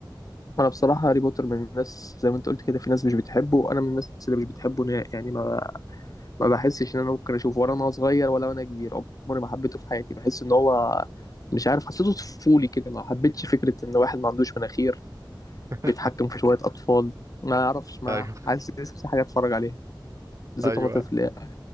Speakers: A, on the left; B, on the right.
A: أنا بصراحة هاري بوتر من الناس زي ما أنت قلت كده في ناس مش بتحبه وأنا من الناس اللي مش بتحبه نهائي يعني ما ما بحسش إن أنا ممكن أشوفه ولا أنا صغير ولا وأنا كبير عمري ما حبيته في حياتي بحس إن هو مش عارف حسيته طفولي كده ما حبيتش فكرة إن واحد ما عندوش مناخير
B: <laughs>
A: بيتحكم في شوية أطفال ما أعرفش ما
B: ايوه
A: حاسس في حاجة أتفرج عليها بالذات
B: ايوه
A: وأنا طفل يعني